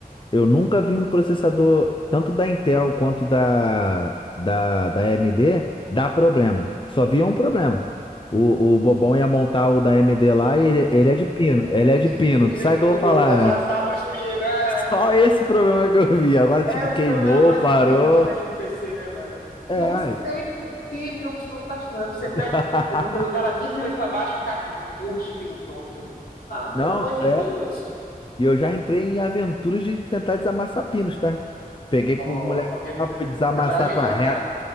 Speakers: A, on the left (about 30°); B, on the left (about 80°).
A: Eu nunca vi um processador, tanto da Intel quanto da, da, da AMD, dar problema. Só via um problema. O, o Bobão ia montar o da AMD lá e ele, ele é de pino. Ele é de pino.
B: E
A: Tu sabe
B: o
A: o que eu
B: o
A: vou falar,
B: Obama
A: né?
B: assava os pinos. né?
A: Só esse problema que eu vi. Agora,
B: É
A: tipo,
B: o
A: queimou,
B: problema mais
A: parou.
B: comum para quem mexe com PC, né, mano? Não
A: É.
B: sei por que meu computador não tá funcionando. Você
A: <laughs>
B: pega o, o computador do cara, vira de cabeça pra baixo, tá com um monte de pino torto. Ah, pelo
A: Não,
B: amor de
A: é.
B: Deus.
A: E eu já entrei em aventuras de tentar desamassar pinos, tá? Peguei
B: Ó,
A: pro moleque
B: não tenho essa
A: lá, fui desamassar
B: essa coragem
A: com
B: não,
A: a régua.
B: tá?